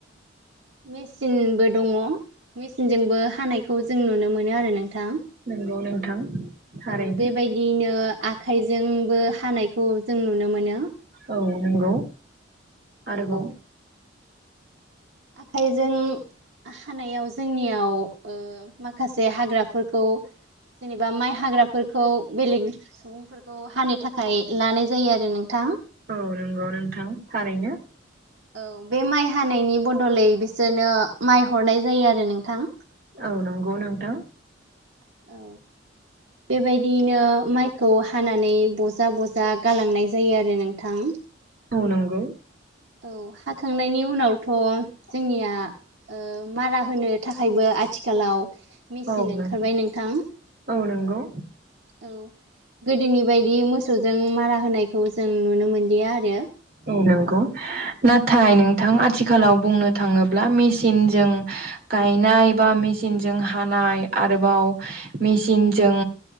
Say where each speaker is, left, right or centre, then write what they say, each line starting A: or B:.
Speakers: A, on the right; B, on the right.
A: मेचिनबो दङ मेचिनजोंबो हानायखौ जों नुनो मोनो आरो नोंथां।
B: नोंगौ नोंथां। थारैनो
A: औ बेबायदियनो आखाइजोंबो हानायखौ जों नुनो मोनो।
B: औ नंगौ आरोबाव
A: औ आखाइजों हानायाव जोंनियाव माखासे हाग्राफोरखौ जेनेबा माइ हाग्राफोरखौ बेलेग सुबुंफोरखौ हानो थाखाय लानाय जायो आरो नोंथां।
B: औ नंगौ नोंथां थारैनो।
A: औ बे माइ हानायनि बदलै बिसोरनो माइ हरनाय जायो आरो नोंथां।
B: औ नंगौ नोंथां।
A: औ बेबायदियैनो माइखौ हानानै बजा बजा गालांनाय जायो आरो नोंथां।
B: औ नांगौ
A: औ हाखांनायनि उनावथ' जोंनिया ओ मारा होनो थाखायबो आथिखालाव मेचन
B: औ नों
A: ओंखारबाय नोंथां।
B: औ नंगौ
A: औ गोदोनि बायदि मोसौजों मारा होनायखौ जों नुनो मोनलिया आरो।
B: ओ नांगौ। नाथाय नोंथां आथिखालाव बुंनो थाङोब्ला मेसिनजों गायनाय बा। मिसिनजों हानाय आरोबाव मेसिनजों